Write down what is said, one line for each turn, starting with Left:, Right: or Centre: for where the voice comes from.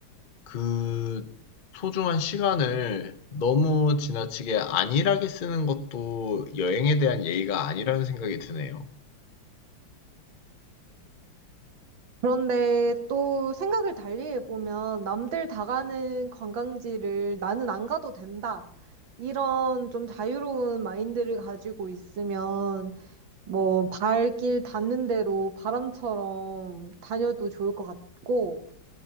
Left: 그 소중한 시간을 너무 지나치게 안일하게 쓰는 것도 여행에 대한 예의가 아니라는 생각이 드네요.
Right: 그런데 또 생각을 달리 해보면 남들 다 가는 관광지를 나는 안 가도 된다. 이런 좀 자유로운 마인드를 가지고 있으면 뭐 발길 닿는 대로 바람처럼 다녀도 좋을 것 같고